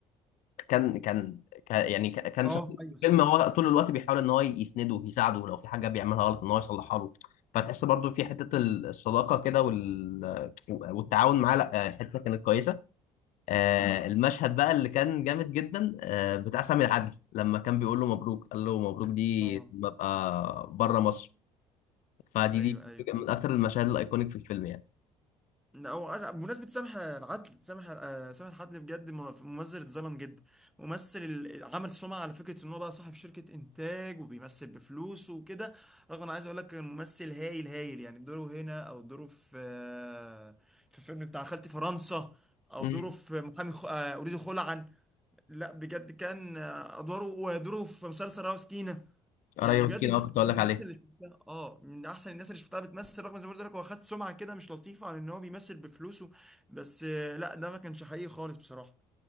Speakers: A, on the left; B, in the centre.
A: كان كان كان- يعني ك- كان
B: اه
A: شخصية في
B: ايوه
A: الفيلم
B: صح
A: هو طول الوقت بيحاول ان هو يسنده ويساعده لو في حاجه بيعملها غلط ان هو يصلحها له فتحس برضو في حته الصداقه كده وال... والتعاون معاه لا آه، حته كانت كويسه آه المشهد بقى اللي كان جامد جدا آه بتاع سامي العدل لما كان بيقول له مبروك قال له مبروك دي
B: اه
A: لما ابقى بره مصر فدي
B: ايوه
A: دي
B: ايوه
A: من اكتر المشاهد الايكونيك في الفيلم يعني
B: لا، هو أز- بمناسبة سامح العدل سامح آه، سامح العدل بجد م- ممثل اتظلم جدا ممثل ال- عمل سمعة على فكرة ان هو بقى صاحب شركة انتاج وبيمثل بفلوسه وكده رغم انا عايز اقول لك كان ممثل هايل هايل يعني دوره هنا او دوره في آه، في الفيلم بتاع خالتي فرنسا او
A: امم
B: دوره في محامي خ- آه، اريد خلعا لا بجد كان آه، ادواره ودوره في مسلسل راوس
A: قرايه
B: يعني بجد
A: مسكين
B: من
A: اه
B: احسن
A: كنت اقول لك
B: الناس
A: عليه
B: اللي شفتها اه من احسن الناس اللي شفتها بتمثل رغم زي ما قلت لك هو خد سمعه كده مش لطيفه عن ان هو بيمثل بفلوسه بس آه، لا ده ما كانش حقيقي خالص بصراحه